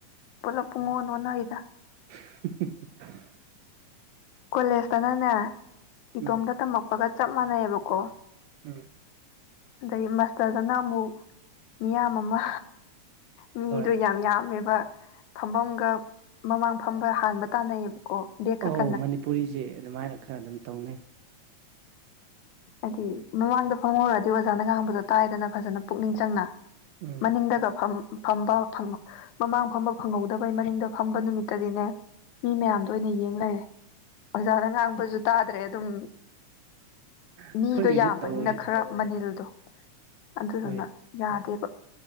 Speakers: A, on the left; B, on the right.
A: ꯄꯨꯂꯞ ꯄꯨꯡꯉꯣ ꯑꯣꯟꯅꯈꯤꯗ
B: <inaudible>
A: ꯀꯣꯂꯦꯖꯇꯅꯅꯦ ꯏꯇꯣꯝꯇ
B: ꯎꯝ
A: ꯇꯝꯃꯛꯄꯒ ꯆꯞ ꯃꯥꯟꯅꯩꯑꯕꯀꯣ
B: ꯎꯝ
A: ꯑꯗꯩ ꯃꯥꯁꯇꯔꯗꯅ ꯑꯃꯨꯛ ꯃꯤꯌꯥꯝ ꯑꯃ ꯃꯤꯗꯣ
B: ꯍꯣꯏ
A: ꯌꯥꯝ ꯌꯥꯝꯃꯦꯕ ꯐꯝꯐꯝꯒ ꯃꯃꯥꯡ ꯐꯝꯕ ꯍꯥꯟꯕ ꯇꯥꯟꯅꯩꯌꯦꯕꯀꯣ ꯗꯕꯛ
B: ꯑꯣ ꯃꯅꯤꯄꯨꯔꯤꯁꯦ ꯑꯗꯨꯃꯥꯏꯅ ꯈꯔ ꯑꯗꯨꯝ ꯇꯧꯅꯩ
A: ꯍꯥꯏꯗꯤ ꯃꯃꯥꯡꯗ ꯐꯪꯍꯧꯔꯗꯤ ꯑꯣꯖꯥꯅ ꯉꯥꯡꯕꯗꯣ ꯇꯥꯏꯗꯅ ꯐꯖꯅ ꯄꯨꯛꯅꯤꯡ ꯆꯪꯅ
B: ꯎꯝ
A: ꯃꯅꯤꯡꯗꯒ ꯐꯐꯝ ꯐꯝꯕ ꯃꯃꯥꯡ ꯐꯝꯕ ꯐꯪꯍꯧꯗꯕꯩ ꯃꯔꯤꯡꯗ ꯐꯝꯕ ꯅꯨꯃꯤꯠꯇꯗꯤꯅꯦ ꯃꯤ ꯃꯌꯥꯝꯗꯣ ꯑꯣꯏꯅ ꯌꯦꯡ ꯂꯩꯔꯦ ꯑꯣꯖꯥꯅ ꯉꯥꯡꯕꯁꯨ ꯇꯥꯗ꯭ꯔꯦ ꯑꯗꯨꯝ
B: ꯑꯩꯈꯣꯏꯒꯤꯁꯨ
A: ꯃꯤꯗꯣ ꯌꯥꯝꯕꯅꯤꯅ
B: ꯇꯧꯋꯦꯗ
A: ꯈꯔ ꯃꯅꯤꯜꯗꯣ ꯑꯗꯨꯗꯨꯅ
B: ꯍꯣꯏ
A: ꯌꯥꯗꯦꯕ